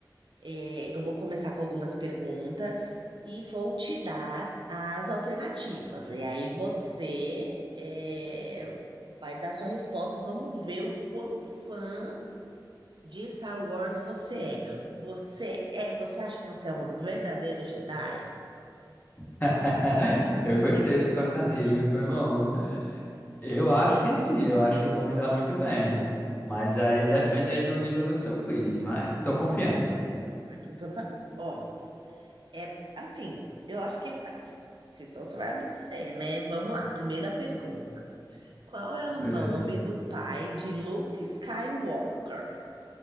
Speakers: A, on the right; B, on the left.
A: É, eu vou começar com algumas perguntas e vou te dar as alternativas. E aí você é, vai dar sua resposta. Vamos ver o quão fã de Star Wars você é. Você é, você acha que você é um verdadeiro Jedi?
B: <laughs> Eu gostei do trocadilho, foi bom. Eu acho que sim, eu acho que eu vou me dar muito bem. Mas
A: Ela,
B: aí depende aí do nível do seu quiz, mas estou confiante.
A: Então tá bom. É assim, eu acho que ele tá. Se então você vai me dizer, né? Vamos lá, primeira pergunta. Qual é o nome
B: Beleza.
A: do pai de Luke Skywalker?